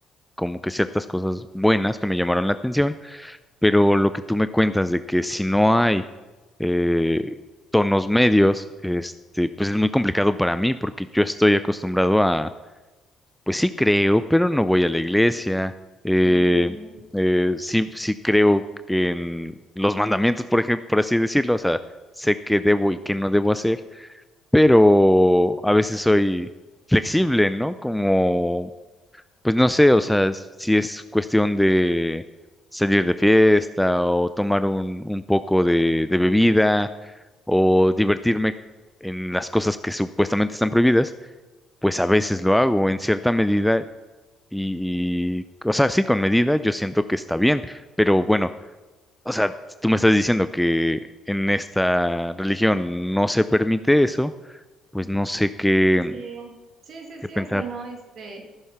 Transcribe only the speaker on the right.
Ah, sí.
Sí, sí, sí,
sí,
o sea, no, este.